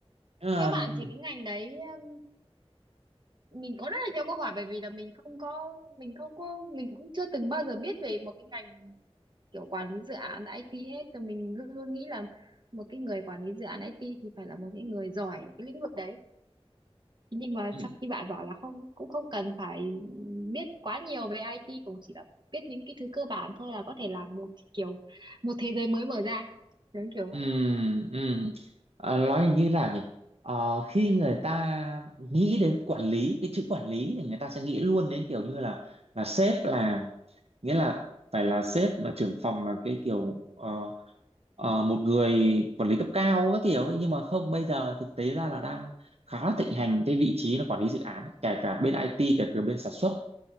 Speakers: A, on the right; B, on the right.
A: Ờm,
B: Theo bạn thì cái ngành đấy um, mình có rất là nhiều câu hỏi bởi vì là mình không có mình không có mình cũng chưa từng bao giờ biết về một cái ngành kiểu quản lý dự án IT hết thì mình luôn nghĩ là một cái người quản lý dự án IT thì phải là một cái người giỏi ở cái lĩnh vực đấy nhưng mà
A: ừm.
B: sau khi bạn bảo là không cũng không cần phải biết quá nhiều về IT cũng chỉ là biết những cái thứ cơ bản thôi là có thể làm được kiểu một thế giới mới mở ra giống kiểu
A: Ừ,
B: vậy
A: ừ. Ờ, nói như nào nhỉ? Ờ, khi người ta nghĩ đến quản lý, cái chữ quản lý thì người ta sẽ nghĩ luôn đến kiểu như là là sếp là nghĩa là phải là sếp là trưởng phòng là cái kiểu ờ, ờ, một người quản lý cấp cao các kiểu ấy. nhưng mà không bây giờ thực tế ra là đang khá là thịnh hành cái vị trí là quản lý dự án ấy. Kể cả bên IT kể cả bên sản xuất